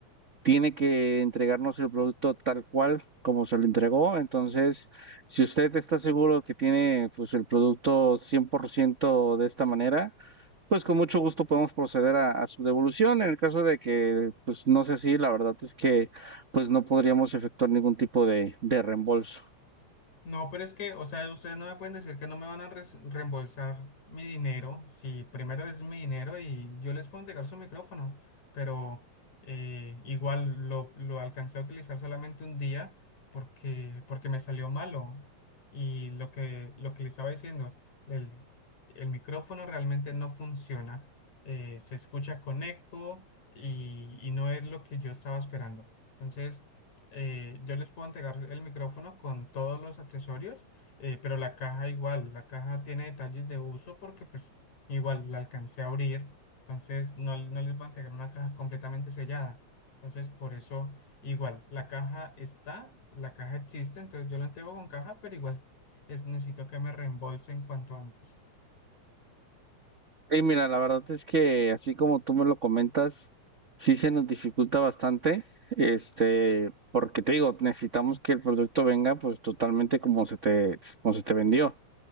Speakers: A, on the right; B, on the left.
A: Tiene que entregarnos el producto tal cual como se lo entregó. Entonces, si usted está seguro que tiene pues el producto 100% de esta manera, pues con mucho gusto podemos proceder a, a su devolución. En el caso de que pues no sea así, la verdad es que pues no podríamos efectuar ningún tipo de de reembolso.
B: No, pero es que, o sea, ustedes no me pueden decir que no me van a res- reembolsar mi dinero, si primero es mi dinero y yo les puedo entregar su micrófono, pero eh, igual lo, lo alcancé a utilizar solamente un día porque, porque me salió malo. Y lo que, lo que les estaba diciendo, el, el micrófono realmente no funciona, eh, se escucha con eco y, y no es lo que yo estaba esperando. Entonces eh, yo les puedo entregar el micrófono con todos los accesorios, eh, pero la caja igual, la caja tiene detalles de uso porque pues igual la alcancé a abrir, entonces no, no les voy a entregar una caja completamente sellada. Entonces por eso igual, la caja está, la caja existe, entonces yo la entrego con caja, pero igual es, necesito que me reembolsen cuanto antes.
A: Y mira, la verdad es que así como tú me lo comentas, sí se nos dificulta bastante, este, porque te digo, necesitamos que el producto venga pues totalmente como se te, como se te vendió.